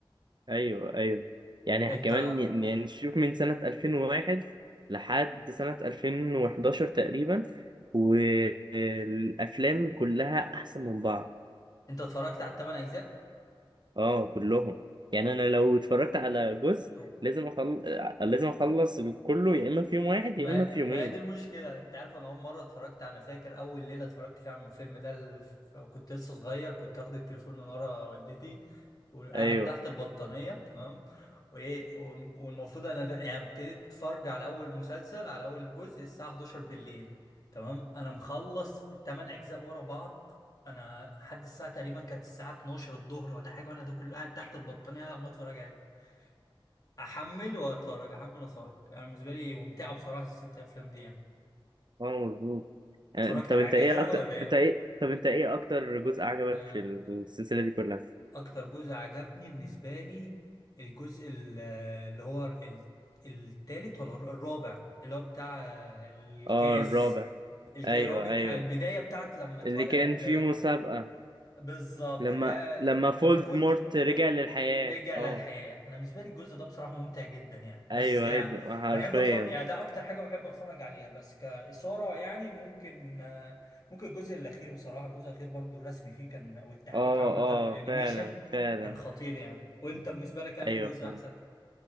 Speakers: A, on the right (about 55°); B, on the left (about 40°).
A: ايوه ايوه يعني
B: انت
A: كمان ي- يعني شوف من سنه 2001 لحد سنه 2011 تقريبا والافلام كلها احسن من بعض
B: انت اتفرجت على الثمان اجزاء
A: اه كلهم يعني انا لو اتفرجت على جزء
B: طب
A: لازم اخلص لازم اخلص كله يا اما في يوم واحد
B: ما
A: يا اما في يومين
B: ما هي دي المشكلة انت عارف انا اول مرة اتفرجت انا فاكر اول ليلة اتفرجت فيها على الفيلم ده ال- ف- كنت لسه صغير كنت واخد التليفون من ورا والدتي وقاعد
A: ايوه
B: تحت البطانية تمام وايه وم- والمفروض انا ده يعني ابتديت اتفرج على اول مسلسل على اول جزء الساعة 11 بالليل تمام انا مخلص الثمان اجزاء ورا بعض انا لحد الساعة تقريبا كانت الساعة 12 الظهر ولا حاجة وانا ده كله قاعد تحت البطانية عمال اتفرج عليه احمل واتفرج احمل واتفرج انا بالنسبة لي ممتعة بصراحة الست افلام دي يعني
A: اه مظبوط آه،
B: اتفرجت
A: طب
B: على
A: انت
B: حاجة
A: ايه
B: غيرها
A: اكتر
B: ولا ايه؟
A: انت ايه طب انت ايه اكتر جزء عجبك
B: آه.
A: في السلسله دي كلها
B: اكتر جزء عجبني بالنسبة لي الجزء ال- اللي هو ال- التالت ولا الر- الرابع اللي هو بتاع آه، الكاس
A: اه الرابع
B: الكاس
A: ايوه
B: هو بي-
A: ايوه
B: البداية بتاعت لما اتولد
A: اللي كان فيه مسابقه
B: بالظبط
A: لما
B: اللي هي
A: لما فولدمورت
B: لما فولدم فول...
A: رجع للحياه
B: رجع للحياة
A: اه
B: انا بالنسبة لي الجزء ده بصراحة ممتع جدا يعني بس
A: ايوه
B: يعني
A: ايوه حرفيا
B: بحب اتفرج يعني ده اكتر حاجة بحب اتفرج عليها بس كإثارة يعني ممكن آه، ممكن الجزء الاخير بصراحة الجزء الاخير برضو الرسم فيه كان والتحريك
A: اه
B: عامة
A: اه
B: والانيميشن
A: فعلا فعلا
B: كان خطير يعني وانت بالنسبة لك يعني
A: ايوه
B: جزء
A: فعلا
B: احسن